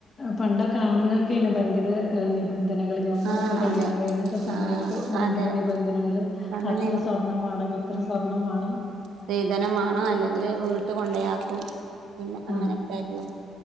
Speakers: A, on the left; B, on the right.
A: പണ്ടൊക്ക ആണ്ങ്ങൾക്കേനു ഭയങ്കര നി നിബന്ധനകള് ഞമ്മളൊക്കെ
B: ആഹ്
A: കല്ല്യാണം
B: അതെ
A: കഴിഞ്ഞ സമയത്ത്
B: ആഹ്
A: ഭയങ്കര
B: അതെ
A: നിബന്ധനകള്
B: അങ്ങനെ
A: അത്ര സ്വർണ്ണം വാണം ഇത്ര സ്വർണം വാണം
B: സ്റീതനം വാണം. അല്ലെങ്കില് വീട്ടി കൊണ്ടെയാക്കും പിന്നെ
A: ആ
B: അങ്ങനെയൊക്കെ ആയിരുന്നു